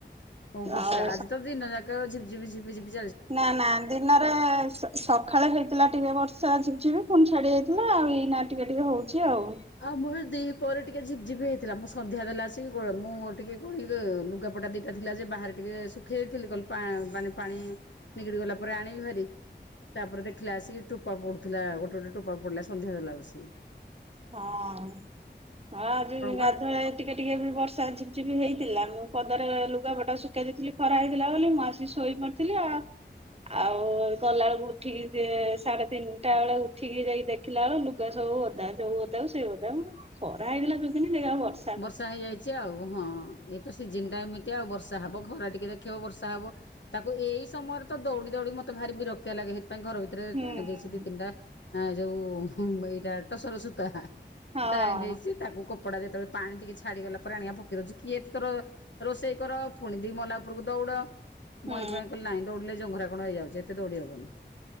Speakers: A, on the left; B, on the right.
A: ହଁ ବର୍ଷା
B: ଆଉ
A: ଆଜି ତ ଦିନ ଯାକ ଝିଝିବିଝିବିଝିବି,
B: ନା-ନା ଦିନରେ ଆଇଁ ସ ସକାଳେ ହେଇଥିଲା ଟିକେ ବର୍ଷା ଝିପ୍ ଝିପ୍ ପି ପୁଣି ଛାଡି ଯାଇଥିଲା ଆଉ ଏଇନା ଟିକେ-ଟିକେ ହଉଛି ଆଉ,
A: ଆଉ ମୁ ଦି ପରେ ଟିକେ ଝିପ୍ ଝିପ୍ ହେଇଥିଲା ମୁଁ ସନ୍ଧ୍ୟା ଦେଲେ ଆସିକି ମୁଁ ଟିକେ କଁ ଲୁଗା, କପଟା ଦିଟା ଥିଲା ଯେ ବାହାରେ ଟିକେ ଶୁଖି ଥିଲୁ ଗଲୁ ପା ମାନେ ପାଣି, ନିିକଡି ଗଲା ପୁରାଣ ବି ଭାରି, ତାପରେ ଦେଖିଲା ଆସିକି ଟୋପା ପଡ଼ୁଥିଲା ଗୋଟେ-ଗୋଟେ ଟୋପା ପଡ଼ିଲା ସନ୍ଧ୍ୟା ହେଲା ବସିକି,
B: ହଁ-ହଁ ଆଜି ଗାଧୁଆରେ,
A: ଘର
B: ଟିକେ-ଟିକେ ବି ବର୍ଷା ଝିପ୍ ଝିପ୍ ହେଇଥିଲା ମୁଁ ପଦାରେ ଲୁଗାପଟା ଶୁଖାଇ ଦେଇଥିଲି ଖରା ହେଇଥିଲା ବୋଲି ମୁଁ ଆସି ଶୋଇ ପଡ଼, ଥିଲେ ଆ, ଆଉ ଗଲାବେଳକୁ ଉଠିକି ସେ ସାଢେ଼ ତିନିଟା ବେଳେ ଉଠିକି ଯାଇି ଦେଖ୍ ଥିଲା ଲୁଗା ସବୁ ଓଦା ଯୋଉ ଓଦା ସେଇ ଓଦା ମୁ କଁ ଖରା ହେଇଥିଲା ସୁଖେଇ ଥିଲି ସେଇ ଆଉ ବର୍ଷ୍
A: ବର୍ଷା ହେଇଯାଇଛି ଆଉ ହଁ ଏଇ ତ ସିଜିନ୍ ଟା ଏମିତ୍ ତି ଆଉ ବର୍ଷା ହେବ ଖରା ଟିକେ ଦେଖିବ ବର୍ଷା ହେବ, ତାକୁ ଏଇ ସମୟରେ ତ ଦୌଡ଼ି-ଦୌଡ଼ି ମତେ ଭାରି ବିରକ୍ତିଆ ଲାଗେ ସେଇଥି ପାଇଁ ଘର ଭିତ୍ ରେ
B: ହୁଁ।
A: ଟାଣି ଦେଇଛି ଦି ତିନିଟା ଆଉ ଯୋଉ ଏଇଟା ଟସର ସୂତା ହାଁ,
B: ହଁ
A: ଟଡାଣି ଦେଇଛି ତାକୁ କପଡା ଯେତେବେଳେ ପାଣି ଟିକେ ଛାଡିଗଲା ପରେ ଆଣିବା ପକେଇ ଦଉଛି କିଏ ଏ ତୋର, ରୋଷେଇ କର ପୁଣି ଦି ମହଲା ଉପରକୁ ଦୌଡ଼,
B: ହୁଁ
A: ମୁଁ ଏଇଥିପାଇଁ କହିଲି ନାଇଁ ଦୈଡ଼ି ଲେ ଯୋଉ ଘରା କଣ ହେଇଯାଉଛି ଏତେ ଦୈଡି଼ ହେବ ନାହିଁ,